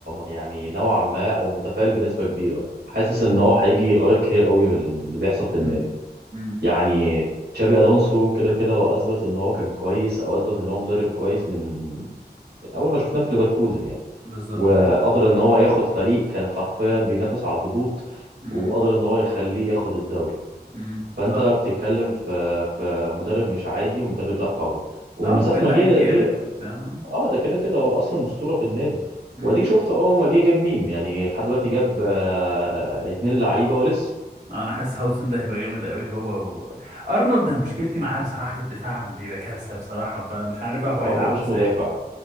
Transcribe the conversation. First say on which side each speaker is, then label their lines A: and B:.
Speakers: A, on the right; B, on the right.
A: يعني نوعا ما او متفائل بنسبه كبيره يعني. حاسس ان هو هيجي يغير كتير قوي من اللي بيحصل في النادي
B: امم امم
A: يعني تشابي الونسو كده كده هو اثبت ان هو كان كويس او اثبت ان هو مدرب كويس من من اول ما شفناه في ليفركوزن يعني
B: بالظبط
A: وقدر ان هو ياخد فريق كان حرفيا بينافس على الهبوط
B: امم
A: وقدر ان هو يخليه ياخد الدوري
B: امم
A: فانت
B: صح
A: بتتكلم في في مدرب مش عادي ومدرب لا قوي ومن
B: لا وكان
A: ساعه ما
B: لعيب
A: جه
B: جامد
A: دي
B: وبتاع
A: اه ده كده كده هو اصلا اسطوره في النادي
B: امم
A: واديك شفت اول ما جه جاب مين يعني لحد دلوقتي جاب آه، اتنين لعيبه ولسه
B: انا حاسس هاوسن ده هيبقى جامد قوي هو و... ارنولد انا مشكلتي معاه بصراحه في الدفاع بيبقى كارثه بصراحه فمش عارف بقى هو
A: آه،
B: هيلعب
A: هو مش
B: ازاي
A: مدافع